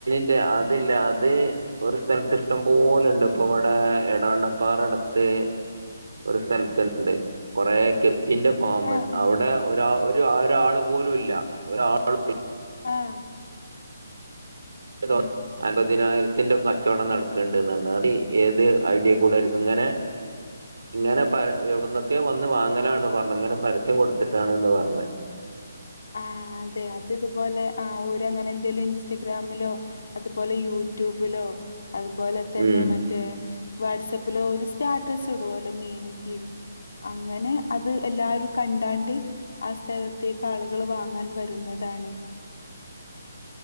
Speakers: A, on the right (about 75°); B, on the left (about 70°).
A: ല്ലെ അതില്ല അത് ഒരു സ്ഥലത്ത് ഇഷ്ടം പോലുണ്ട് ഇപ്പൊ ഇവിടെ എടവണ്ണപ്പാറടത്ത് ഒരു സ്ഥലത്തുണ്ട് കൊറേ ഗ ഗപ്പിന്റെ ഫാമ്
B: ആഹ് ആഹ്
A: അവിടെ ഒരാ ഒരാൾ പോലുംല്ല ഒരാൾ
B: ആഹ്
A: <unintelligible> അൻപതിനായിര
B: ആഹ്.
A: അമ്പതിനായിരത്തിന്റെ ഒക്കെ കച്ചവടം നടക്കണ്ട്ന്ന് പറഞ്ഞു അത് ഏത് ഐഡിയ കൂടെ ആരിക്കും ഇങ്ങനെ ഇങ്ങനെ പര എവിടന്നൊക്കെ വന്ന് വാങ്ങലാന്ന് പറഞ്ഞു ഇങ്ങനെ പരസ്യം കൊടുത്തിട്ടാണ്ന്ന് പറഞ്ഞെ
B: ആ അതെ അത് ഇതുപോലെ ആ ഓരങ്ങനെ എന്തേലും ഇൻസ് ഇൻസ്റ്റഗ്രാമിലോ അതുപോലെ യൂട്യൂബിലോ അതുപോലെ തന്നെ
A: ഉം.
B: മറ്റേ വാട്സആപ്പിലൊ ഒരു സ്റ്റാറ്റസ് ഇടുവല്ലോ മീനിന്റെയും അങ്ങനെ അത് എല്ലാരും കണ്ടാണ്ട് ആ സ്ഥലത്തേക്ക് ക്കാളുകൾ വാങ്ങാൻ വരുന്നതാണ്